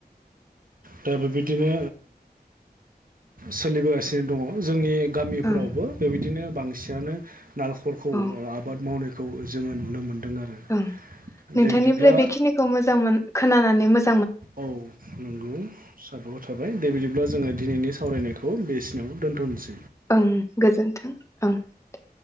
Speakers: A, on the right; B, on the left.
A: दा बेबायदिनो सोलिबोगासिनो दङ जोंनि गामिफ्रावबो
B: ओं
A: बेबायदिनो बांसिनानो नालेखरखौ
B: औ
A: आबाद मावनाय खौ जोङो नुनो मोन दों आरो।
B: ओं नोंथांनिफ्राय
A: दे बिदिब्ला
B: बेखिनिखौ मोजां मोन खोना नानै मो
A: औ नंगौ साबायखर थाबाय दे बिदिब्ला जोङो दिनैनि सावरायनायख खौ बेखिनियाव दोन्थ'नोसै।
B: ओं गोजोन्थों ओं दे।